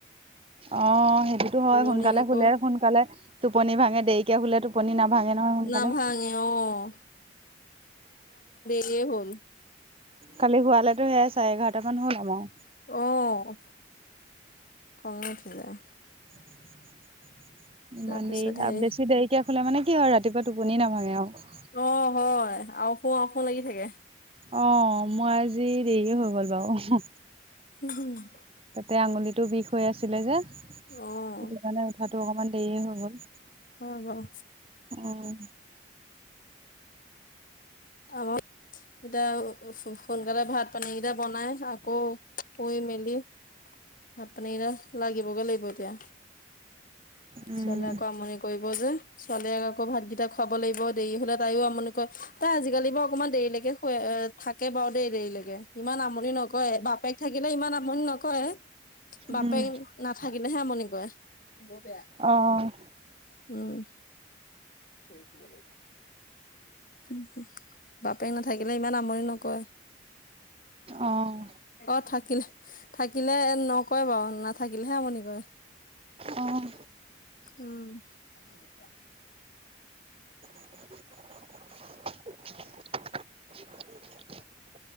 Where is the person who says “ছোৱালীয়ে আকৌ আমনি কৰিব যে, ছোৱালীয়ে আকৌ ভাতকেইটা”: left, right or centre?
Left